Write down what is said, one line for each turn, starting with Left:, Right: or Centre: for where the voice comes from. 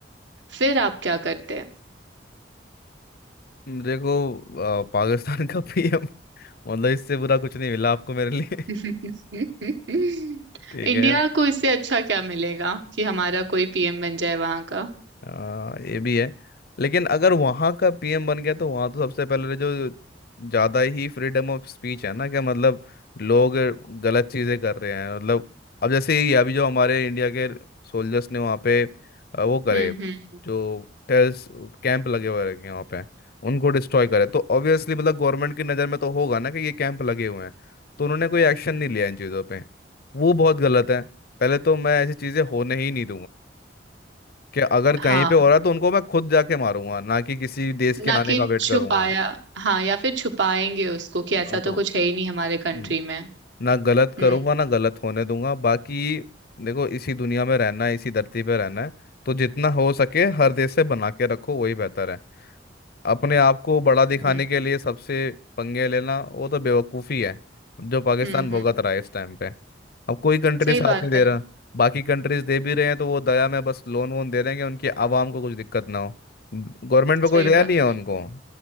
Right: फिर आप क्या करते हैं
Left: है देखो अ, पाकिस्तान का <laughs> पीएम मतलब इससे बुरा कुछ नहीं मिला आपको मेरे लिए
Right: <laughs>
Left: <laughs> ठीक
Right: इंडिया
Left: है
Right: को इससे अच्छा क्या मिलेगा कि हमारा कोई पीएम बन जाए वहां का
Left: हाँ ये भी है लेकिन अगर वहां का पीएम बन गया तो वहां तो सबसे पहले तो जो ज्यादा ही फ्रीडम ऑफ स्पीच है ना कि मतलब लोग गलत चीजें कर रहे हैं मतलब अब जैसे ये अभी जो हमारे इंडिया के सोल्जर्स ने वहां पे अ, वो करे
Right: हम्म हम्म
Left: जो टेररिस्ट कैंप लगे हुए रखे हैं वहां पे उनको डिस्ट्रॉय करे तो ऑब्वियसली मतलब गवर्नमेंट की नजर में तो होगा ना कि ये कैंप लगे हुए हैं तो उन्होंने कोई एक्शन नहीं लिया इन चीजों पे वो बहुत गलत है पहले तो मैं ऐसी चीजें होने ही नहीं कि अगर
Right: हाँ
Left: कहीं पे हो रहा है तो उनको मैं खुद जाके मारूंगा ना कि किसी देश
Right: ना
Left: के आने
Right: कि
Left: का वेट
Right: छुपाया
Left: करूंगा
Right: हाँ या फिर छुपाएंगे उसको कि ऐसा
Left: मैं
Right: तो
Left: तो
Right: कुछ है ही नहीं हमारे कंट्री
Left: हम्म,
Right: में
Left: ना गलत
Right: हम्म
Left: करूंगा ना गलत होने दूंगा बाकी देखो इसी दुनिया में रहना है इसी धरती पे रहना है तो जितना हो सके हर देश से बना के रखो वही बेहतर है अपने आप को बड़ा दिखाने
Right: हम्म
Left: के लिए सबसे पंगे लेना वो तो बेवकूफ़ी है जो पाकिस्तान
Right: हम्म
Left: भुगत
Right: हम्म
Left: रहा है इस टाइम पे अब कोई कंट्री
Right: सही
Left: साथ
Right: बात
Left: नहीं दे
Right: है
Left: रहा बाकी कंट्रीज दे भी रहे हैं तो वो दया में बस लोन वोन दे रहे हैं कि उनकी आवाम को कुछ दिक्कत ना हो गवर्नमेंट पे कोई
Right: सही
Left: दया
Right: बात
Left: नहीं है उनको
Right: है